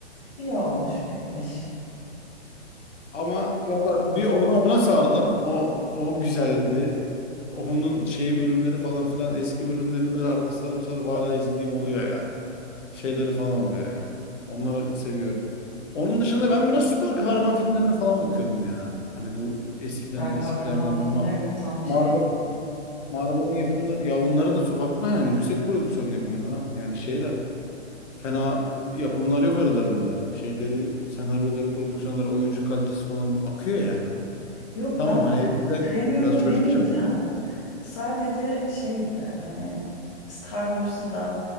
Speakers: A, on the left; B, on the left.
A: İyi olmuş, bitmiş.
B: Ama valla bir ona ona sardım. O o güzeldi. Onun şeyi bölümleri falan filan eski bölümlerini böyle arada sarıp sarıp hala izlediğim oluyor ya. Şeyleri falan oluyor ya. Onları seviyorum. Onun dışında ben biraz süper kahraman filmlerine falan bakıyordum ya. Hani bu eskiden
A: Süper
B: eskilerden
A: kahraman filmleri
B: bu ma-
A: de tam
B: Marvel
A: şey. yani.
B: Marvel'ın yapımları ya onlara da su bakma yani yüksek prodüksiyon yapımlar ha. Yani şeyler fena yapımlar yok aralarında. Şeyleri, senaryoları, prodüksiyonları, oyuncu kalitesi falan akıyor yani.
A: Yok
B: Tamam
A: ben
B: hani eskiden
A: sevmiyorum
B: biraz çocukça
A: demeyeceğim. Sadece şey gibi hani Star Wars'u da